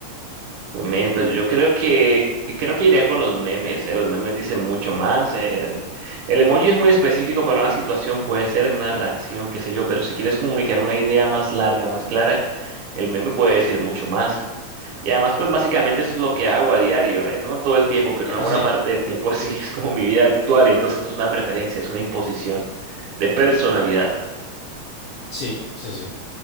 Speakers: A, on the right; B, on the left.
A: Men, pues yo creo que creo que iría con los memes, eh, Los memes dicen mucho más. eh. El emoji es muy específico para una situación, puede ser una reacción, qué sé yo, pero si quieres comunicar una idea más larga, más clara, el meme puede decir mucho más. Y además, pues básicamente eso es lo que hago a diario, ¿eh? No todo el tiempo, pero
B: Ya,
A: una buena
B: sí,
A: parte del tiempo <laughs> sí es como mi vida actual, y entonces no es una preferencia, es una imposición de personalidad,
B: sí, sí, sí.